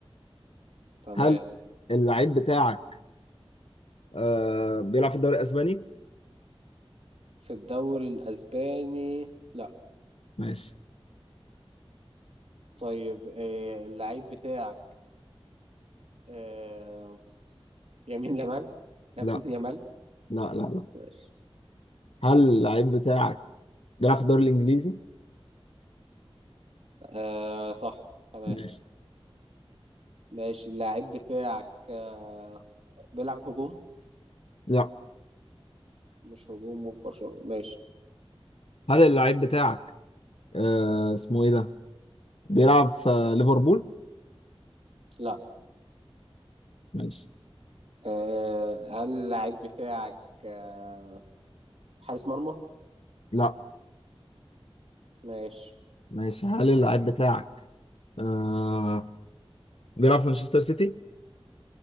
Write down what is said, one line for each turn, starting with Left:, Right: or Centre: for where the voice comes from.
Right: تمام
Left: هل اللعيب بتاعك آه بيلعب في الدوري الاسباني؟
Right: في الدوري الاسباني لا
Left: ماشي
Right: طيب آه اللعيب بتاعك آه يمين يمال <laughs>
Left: لا
Right: يمين يمال
Left: لا لا لا
Right: لا ماشي
Left: هل اللعيب بتاعك بيلعب في الدوري الانجليزي؟
Right: آه صح تمام
Left: ماشي
Right: ماشي اللعيب بتاعك آه بيلعب هجوم
Left: لا
Right: مش هجوم في برشلونة ماشي
Left: هل اللعيب بتاعك آه اسمه ايه ده؟ بيلعب في ليفربول؟
Right: لا
Left: ماشي
Right: أه هل اللعيب بتاعك أه حارس مرمى
Left: لا
Right: ماشي
Left: ماشي هل اللعيب بتاعك آه بيلعب في مانشستر سيتي؟